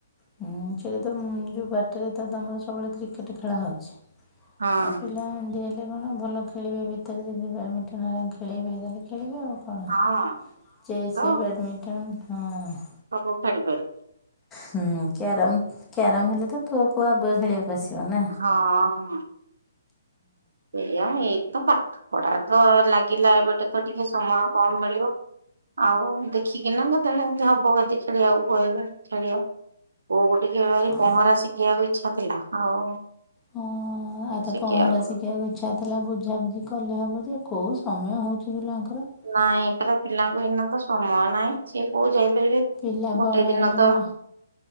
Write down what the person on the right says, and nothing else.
ହଁ।
ହଁ
ତ
ସବୁ ଖେଳିପାରିବେ।
ହଁ ହଁ। ଏଇଆ, ଏଇତ ପାଠ ପଢ଼ା ତ ଲାଗିଲା ଏବେତ ଟିକେ ସମୟ କମ ମିଳିବ। ଆଉ ଦେଖିକିନା କେତେବେଳେ ହବ କେମିତି ଖେଳିବାକୁ କହିବା ଖେଳିବା
ପହଁରା ଶିଖିବାକୁ ଇଚ୍ଛା ଥିଲା ଆଉ
ଶିଖିବାକୁ
ନାଇଁ ଏ ପରା ପିଲାଙ୍କୁ ଏନା ତ ସମୟ ନାହିଁ ସିଏ କୋଉ ଯାଇପାରିବେ?
ଗୋଟେ
ଦିନ
ତ